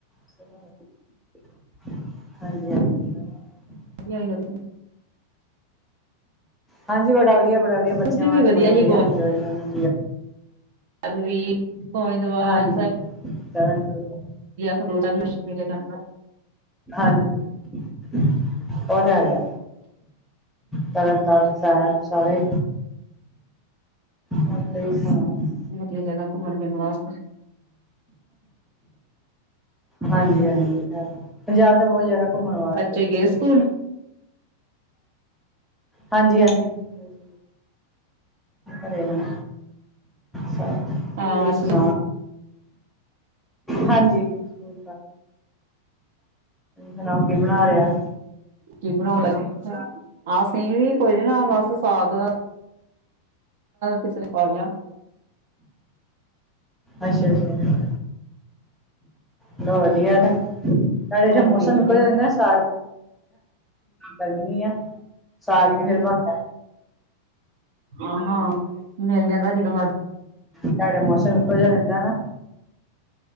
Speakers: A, in the centre; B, on the right (about 50°).
A: ਹਾਂਜੀ-ਹਾਂਜੀ।
B: ਵਧੀਆ
A: ਹਾਂਜੀ, ਬੜਾ ਵਧੀਆ, ਬੜਾ ਵਧੀਆ, ਬੱਚਿਆਂ
B: ਉਥੇ
A: ਵਾਸਤੇ
B: ਵੀ
A: ਬੜਾ ਵਧੀਆ
B: ਹੀ
A: ਇੰਜੋਏ ਕਰਨਾ।
B: ਅ ਵੀ ਗੋਇੰਦਵਾਲ
A: ਹਾਂਜੀ, ਤਰਨ ਤੁਰਨ
B: ਖਡੋਸਾ ਵੀ ਮੇਲੇ ਕਰ
A: ਹਾਂਜੀ। ਉਹ ਹੈ ਗਾ ਤਰਨ ਤਾਰਨ ਸਾਹਿਬ ਸਾਰੇ। ਹੋਰ ਪਾਈ ਸੁਣਾ
B: ਵਧੀਆ ਜਗ੍ਹਾ ਘੁੰਮਣ ਫਿਰਨ ਵਾਸਤੇ।
A: ਹਾਂਜੀ, ਹਾਂਜੀ ਉਹ ਤਾਂ ਹੈ ਪੰਜਾਬ ਤਾਂ ਬਹੁਤ ਜਿਆਦਾ ਘੁੰਮਣ ਵਾਸਤੇ।
B: ਬੱਚੇ ਗਏ ਸਕੂਲ।
A: ਹਾਂਜੀ, ਹਾਂਜੀ। ਬੱਸ ਅਰੇ ਹਨ ਸਬ ਤੁਸੀਂ
B: ਹਾਂ ਅੱਜ
A: ਸੁਣਾਓ। ਹਾਂਜੀ। ਤੁਸੀ ਸੁਣਾਓ ਕਿ ਬਣਾ ਰਿਹਾ।
B: ਕੀ ਬਣਾਉਣ ਲੱਗੇ ਅਸੀਂ ਵੀ ਕੁੱਝ ਨਾ ਬਸ ਸਾਗ ਕਿਸੇ ਨੇ ਪਾ ਲਿਆ।
A: ਅੱਛਾ, ਅੱਛਾ। ਚਲੌ ਵਧੀਆ ਨਾ, ਨਾਲੇ ਇੱਥੇ
B: ਟਾਈਮ
A: ਮੌਸਮ
B: ਵੇਖਣੇ
A: ਇਕੋ ਜਿਹਾ ਰਹੰਦਾ ਸਾਗ਼ ਗਰਮੀ ਆ ਸਾਗ ਨੀ ਫੇਰ ਬਨਦਾ।
B: ਹਾਂ, ਹਾਂ ਮਿਲ ਜਾਂਦਾ ਜਦੋਂ ਮਰਜ਼
A: ਤੁਹਾਡਾ ਮੌਸਮ ਇਹੋ ਜਿਹਾ ਰਹਿੰਦਾ ਨਾ